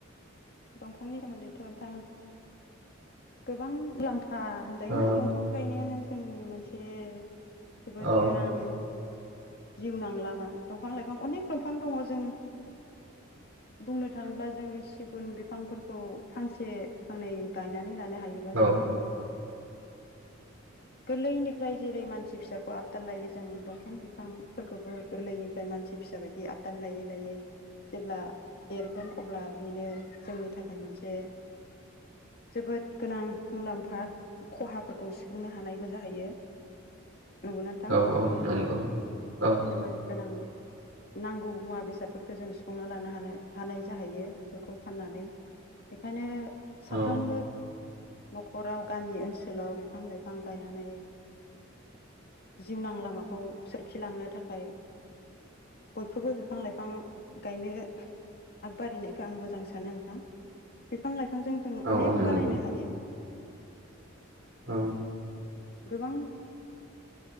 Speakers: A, on the left; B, on the right.
A: दंफांनि सोमोन्दैथ' नोंथां। गोबां मुलाम्फा होनजायोना
B: ओ
A: दंफां गायनायानो जोंनि मोनसे। जोबोद
B: औ
A: गोनां। जिउ नांला मा दंफां लाइफां अनेख दंफां दङ जों बुंनो थाङोब्ला जों सिगुन बिफांफोरखौ फांसे फांनै गायनानै लानो हायोबा
B: औ
A: जों बेखौ गोरलैनिफ्राय जेरै मानसि फिसाखौ आबदाल लायो जों दंफां बिफांफोरखौबो गोरलैनिफ्राय मानसि फिसा बायदि आबद लायै लायै जेब्ला देरगोन अब्ला बेनो जोंनि थाखाय मोनसे जोबोद गोनां मुलाम्फा खहाफोरखौ सुफुंनो हानायबो जाहैयो। नंगौना नोंथां
B: औ औ नंगौ औ
A: जोबोद गोनां नांगौ मुवा बेसादफोरखौ जों सुफुंना लानो हानो हानाय जाहैयो बेफोरखौ फाननानै बेखायनो साफ्रोमबो
B: औ
A: न'खराव गामि ओनसोलाव बिफां लाइफां गायनानै जिउनां लामाखौ सोरखिलांनो थाखाय बयखौबो बिफां लाइफां गायनो आगबारिनायखौ आं मोजां सानो नोंथां। बिफां लाइफांजों जों
B: औ
A: अनेक
B: औ नंगौ
A: बानायनो हायो।
B: औ
A: गोबां